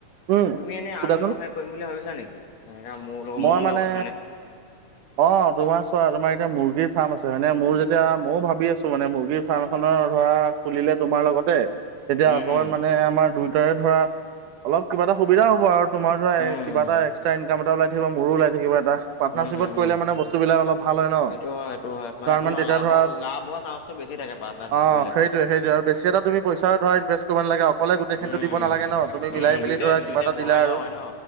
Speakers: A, on the right (about 75°); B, on the left (about 60°).
A: উম।
B: তুমি এনেই
A: সোধাচোন
B: আৰু ব্যৱসায় কৰিম বুলি ভাবিছা নেকি? এনেকা মোৰ লগত
A: মই
B: মোৰ
A: মানে
B: লগত
A: অ' তোমাৰ চোৱা তোমাৰ এতিয়া মুৰ্গীৰ ফাৰ্ম আছে হয়নে? মোৰ যেতিয়া মৌ ভাবি আছোঁ মানে মুৰ্গীৰ ফাৰ্ম এখনৰ ধৰা খুলিলে তোমাৰ লগত তেতিয়া
B: উম,
A: অকমান
B: উম,
A: মানে আমাৰ দুয়ইটাৰে ধৰা অলপ কিবা এটা সুবিধা হ'ব আৰু। তোমাৰ ধৰা
B: উম,
A: কিবা এটা একট্ৰা ইনকাম এটা ওলাই থাকিব, মোৰো ওলাই থাকিব এটা। পাৰ্নাৰশ্বিপত
B: উম, উম,
A: কৰিলে
B: উম।
A: মানে বস্তুটো বস্তু বিলাক অলপ ভাল হয় ন?
B: সেইটো হয়, সেইটো হয়, মানে তোমাৰ
A: তেতিয়া
B: লাভ
A: ধৰা
B: হোৱা লাভ হোৱা চান্সটো বেছি থাকে পাৰ্টনাৰশ্বিপটো
A: অ',
B: কৰিলে।
A: সেইটোৱে-সেইটোৱে আৰু বেছি এটা তুমি পইচা ধৰা ইনভেষ্ট কৰিব নালাগে, অকলে গোটেইখিনিটো
B: উম,
A: দিব নালাগে ন? তুমি মিলাই
B: উম,
A: মিলি
B: দুইটাই
A: ধৰা
B: দুইটাই
A: কিবা এটা
B: ভগাই
A: দিলা
B: লোৱা
A: আৰু।
B: হয় ন।